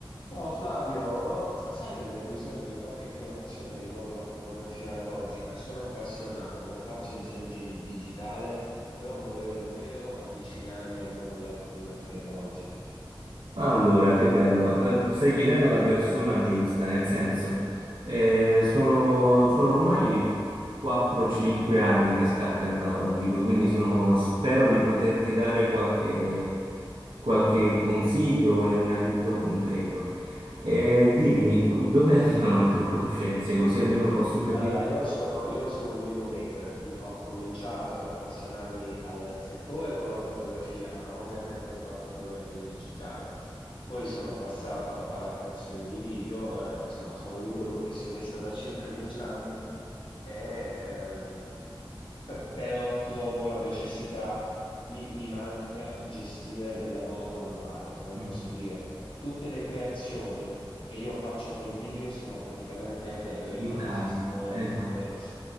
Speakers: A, on the left (about 70°); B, on the right (about 75°).
A: Ciao Flavio, sai che avrei bisogno di qualche informazione riguardo alla fotografia analogica? Sono appassionato, lo faccio già in gi- digitale, però vorrei davvero avvicinarmi al mondo della fotografia analogica.
B: Allora, che bello, Ehm, stai chiedendo la persona giusta, nel senso, eh, sono, sono ormai 4-5 anni che scatto in analogico, quindi sono- spero di poterti dare qualche, qualche consiglio e un aiuto concreto. Eh, dimmi, dove arrivano le tue conoscenze, così almeno posso capire
A: Allora, io sono, io sono un videomaker, Mi- ho cominciato ad appassionarmi al settore con la fotografia, ma ovviamente con la fotografia in digitale. Poi sono passato alla creazione di video, eh, insomma, sono un libero professionista da circa dieci anni e ehm, <laughs> pe- però trovo la necessità, mi, mi manca gestire del lavoro manuale, come
B: i
A: posso dire. Tutte le creazioni che io faccio col video sono praticamente eteree,
B: digitali.
A: non esistono realmente.
B: Esatto.